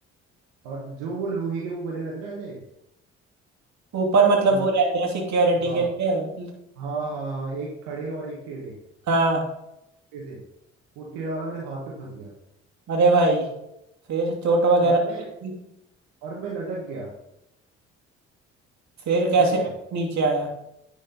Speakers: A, on the right (about 75°); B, on the right (about 55°).
A: और जो वो लोहे के वो बने रहते ना ऐसे
B: ऊपर मतलब
A: मतलब
B: वो रहते
A: एक
B: हैं सिक्योरिटी
A: हाँ
B: के लिए
A: हाँ हाँ हाँ एक खड़े और एक टेढ़े
B: हाँ
A: ऐसे वो टेढ़ा वाला मेरे हाथ पे फंस गया
B: अरे भाई फिर चोट वगैरह
A: और मैं
B: लगी
A: और मैं लटक गया
B: फिर कैसे
A: ठीक है
B: नीचे आया